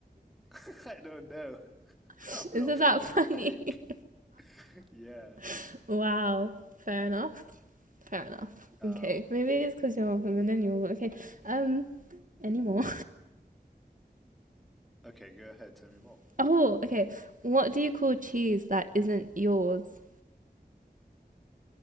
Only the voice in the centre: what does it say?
<laughs> I don't know. <laughs>
I'm laughing
like
a pig. <laughs> Yeah.
Um.
Okay, go ahead. Tell me more.
<laughs>